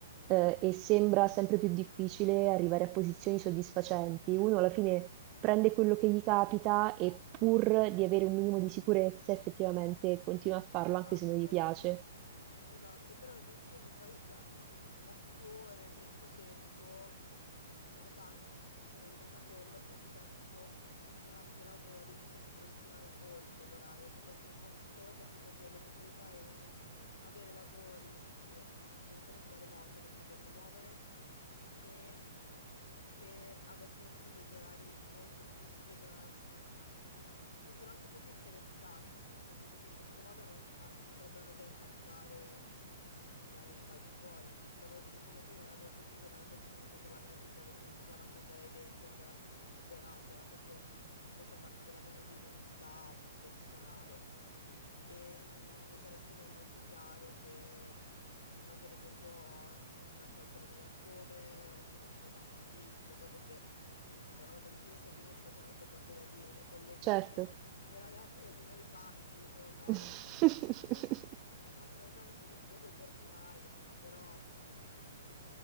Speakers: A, on the right (about 30°); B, on the left (about 70°).
A: eh, e sembra sempre più difficile arrivare a posizioni soddisfacenti, uno alla fine prende quello che gli capita e pur di avere un minimo di sicurezza, effettivamente continua a farlo
B: Esatto.
A: anche se non gli piace.
B: Esatto, però il rischio è che poi, cioè, otto ore del tuo tempo, che sono tante, sono dedicate a quello e spesso sono anche lavori che poi si trascinano oltre l'orario. Cioè, per me, ho, cioè, io ho capito che le mie priorità erano avere lavori, vabbè, tendenzialmente da remoto per potermi muovere e che avessero proprio degli orari molto fissi e che, non, av- mm, che fossero anche poco interessanti importanti, perché in questo modo non, ah, non sarebbero andati a intaccare mm, la mia vita al di fuori. Il lavoro che facevo prima era molto figo, ma era molto intrecciato alla mia vita perché implicava anche andare a eventi, andare a serate, era proprio molto parte della mia anche identità personale. E mm, invece adesso mi è molto chiaro che, infatti, ad esempio, ho raccolto le mele a ottobre, adesso consegno pacchi in bici, cioè cose che, cioè, una volta che finisco, finisco, cioè, non è che ho molto da dire. I miei colleghi,
A: Certo.
B: ok, sono <laughs> dei ragazzi consegnano i pacchi, boh, bella,
A: <laughs>
B: <laughs> nel senso, al massimo di tanto litigo coi portinai però mm,